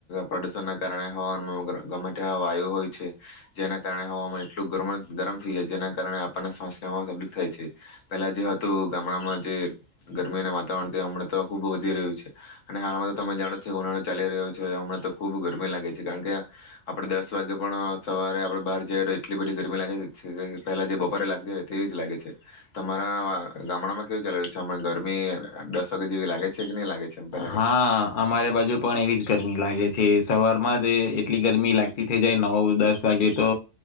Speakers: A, on the left; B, on the left.
A: પ્રદુષણના કારણે હવામાન ગમે ત્યાં વાયુ હોય છે. જેના કારણે, હવામાન એટલું ગરમ થઈ જાય જેના કારણે આપણને શ્વાસ લેવામાં તકલીફ થાય છે. પેલા, જે હતું ગામડામાં જે ગરમીના વાતાવરણ તે હમણાં તો ખુબ વધી રહ્યું છે. અને હાલમાં તો તમે જાણો જ છો કે ઉનાળો ચાલી રહ્યો છે, હમણાં તો ખુબ ગરમી લાગે છે કારણ કે આપણે દસ વાગે પણ સવારે આપણે બહાર જઈએ તો એટલી બધી ગરમી લાગે પહેલા જે બપોરે લાગતી હોય તેવી જ લાગે છે. તમારા ગામડામાં કેવું ચાલી રહ્યું છે? હમણાં ગરમી દસ વાગ્યા જેવી લાગે છે કે નહી લાગે? છે એમ પહેલાં
B: હા,
A: કરતાં
B: અમારે બાજુ પણ એવી જ ગરમી લાગે છે. સવારમાં જ એટલી ગરમી લાગતી થઈ જાય નવ દસ વાગે તો